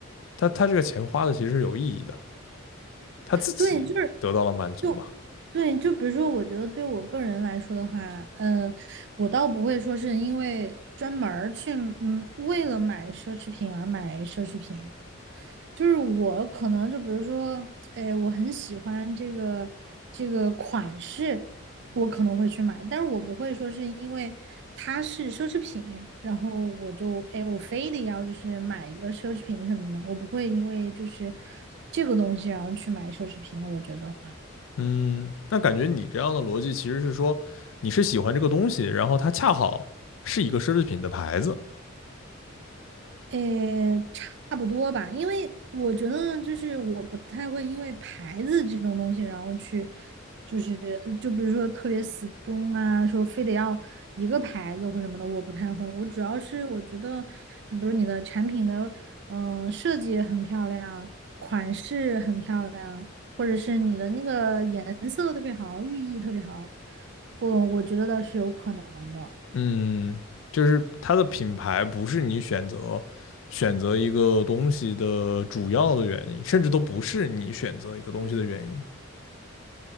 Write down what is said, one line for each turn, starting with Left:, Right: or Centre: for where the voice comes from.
Left: 他他这个钱花的其实是有意义的，他自己得到了满足嘛。
Right: 对，就是就对，就比如说，我觉得对我个人来说的话，呃，我倒不会说是因为专门儿去，嗯，为了买奢侈品而买奢侈品。就是我可能就比如说，哎，我很喜欢这个这个款式，我可能会去买，但是我不会说是因为它是奢侈品，然后我就哎，我非得要就是买一个奢侈品什么的，我不会因为就是这个东西然后去买奢侈品，我觉得。
Left: 嗯，那感觉你这样的逻辑其实是说，你是喜欢这个东西，然后它恰好是一个奢侈品的牌子，
Right: 诶，差不多吧，因为我觉得就是我不太会因为牌子这种东西，然后去就是呃就比如说特别死忠啊，说非得要一个牌子或什么的，我不太会。我主要是我觉得，比如你的产品的嗯、呃设计很漂亮，款式很漂亮，或者是你的那个颜色特别好，寓意特别好，我我觉得倒是有可能的。
Left: 嗯，就是它的品牌不是你选择选择一个东西的主要的原因，甚至都不是你选择一个东西的原因，